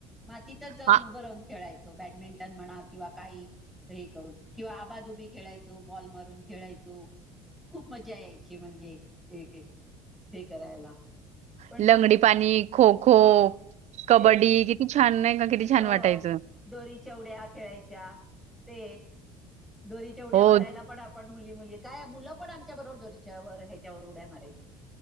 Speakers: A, in the centre; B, on the right.
A: मातीतच जाऊन
B: हा
A: उभं राहून खेळायचो बॅडमिंटन म्हणा किंवा काही हे करून किंवा आबाधुबी खेळायचो बॉल मारून खेळायचो खूप मज्जा यायची म्हणजे एक, एक हे करायला. पण
B: लंगडी पाणी खो खो
A: हो
B: कबड्डी
A: तेच
B: किती छान नाही का किती छान
A: हो
B: वाटायचं
A: दोरीच्या उड्या खेळायच्या ते दोरीच्या उड्या
B: हो
A: मारायला पण आपण पण मुली, मुली काय मुलं पण आच्या बरोबर दोरीच्या व ह्याच्यावर उड्या मारायची.